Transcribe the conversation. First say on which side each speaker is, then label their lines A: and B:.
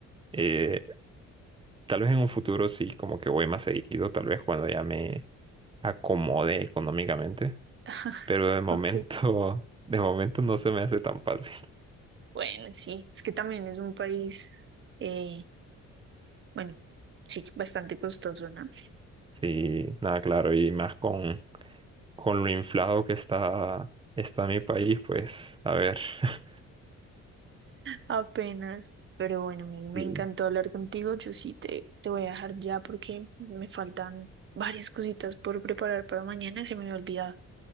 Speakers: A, on the right (about 15°); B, on the right (about 40°).
A: eh, Tal vez en un futuro sí, como que voy más seguido, tal vez cuando ya me acomode económicamente,
B: <laughs>
A: pero de momento,
B: ok.
A: <laughs> de momento no se me hace tan fácil.
B: Bueno, sí, es que también es un país, eh, bueno, sí, bastante costoso, ¿no?
A: Sí, nada, claro, y más con, con lo inflado que está, está mi país, pues a ver. <laughs>
B: Apenas. Pero bueno, me, me
A: Sí.
B: encantó hablar contigo. Yo sí te, te voy a dejar ya porque me faltan varias cositas por preparar para mañana. Se me había olvidado.